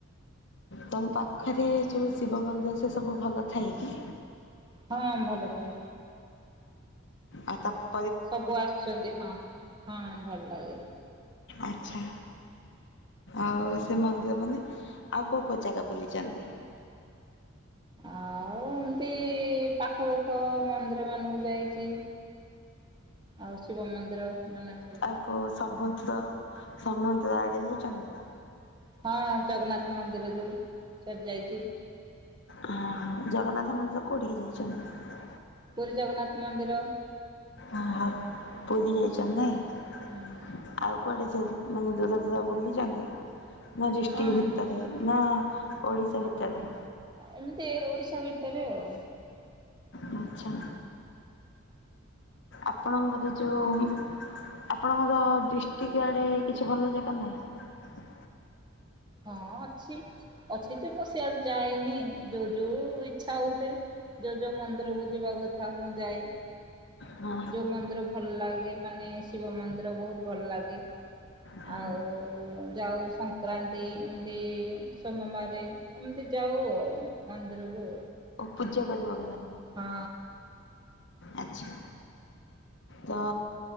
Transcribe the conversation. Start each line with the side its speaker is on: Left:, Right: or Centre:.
Left: ତୋମ ପାଖରେ ଯୋଉ ଶିବ ମନ୍ଦିର ସେ ସବୁ ଭଲ ଥାଏ କି?
Right: ହଁ ଭଲ ଥାଏ।
Left: ଆ ତାପ
Right: ସବୁ ଆସିଚନ୍ତି, ହଁ ହଁ ଭଲ ଲାଗେ।
Left: ଆଚ୍ଛା ଆଉ ସେ ମନ୍ଦିର ମାନେ ଆଉ କୋଉ କୋଉ ଜାଗା ବୁଲିଚନ୍ତି?
Right: ଆଉ ଏମତି ପାଖ ପାଖ ମନ୍ଦିର ମାନଙ୍କୁ ଯାଇଚି, ଆଉ ଶିବ ମନ୍ଦିର ମାନଙ୍କୁ ବି।
Left: ଓ ସମୁଦ୍ର ସମ କୁଆଡେ ଯାଇଚନ୍ତି?
Right: ହଁ ଜଗନ୍ନାଥ ମନ୍ଦିର ଯୋଉ। ସିଆରେ ଯାଇଚି।
Left: ହଁ ଜଗନ୍ନାଥ ମନ୍ଦିର କୋଉଠିକି ଯାଇଚନ୍ତି?
Right: ପୁରୀ ଜଗନ୍ନାଥ ମନ୍ଦିର।
Left: ଓହୋ! ପୁରୀ ଯାଇଚନ୍ତି ନାଇଁ
Right: ହୁଁ
Left: ଆଉ କୁଆଡେ ସେ ମାନେ ଦୂର ଦୂର ବୁଲିଚନ୍ତି? ନା ଜୃଷ୍ଟିିକ
Right: ହଁ
Left: ଭତ୍ତରେ ନା ଓଡ଼ିଶା ଭିତରେ
Right: ଏମିତି ଓଡିଶା ଭିତ ସେରେ ଆଉ
Left: ଆଚ୍ଛା। ଆପଣଙ୍କର ଯେଉଁ ଆପଣଙ୍କର ଡିଷ୍ଟ୍ରିକ୍ଟ ଆଡ଼େ କିଛି ଭଲ ଜାଗା ନାହିଁ?
Right: ହଁ ଅଛି ଅଛି ଯେ ମୁଁ ସିଆଡେ ଯାଏନି ଯୋଉ ଯୋଉ ଇଚ୍ଛା ହଉଥା ଯୋଉ ଯୋଉ ମନ୍ଦିର କ ଯିବା କଥା ମୁଁ ଯାଏ
Left: ହଁ
Right: ଯୋଉ ମନ୍ଦିର ଭଲ ଲାଗେ ମାନେ ଶିବ ମନ୍ଦିର ବହୁତ ଭଲ ଲାଗେ
Left: ହଁ
Right: ଆଉ ଯାଉ ସଂକ୍ରାନ୍ତି ଏମିତି ସୋମବାରେ ଏମିତି ଯାଉ ଆଉ ମନ୍ଦିରକୁ
Left: ପୂଜା କରିବ।
Right: ହଁ।
Left: ଆଛା ତ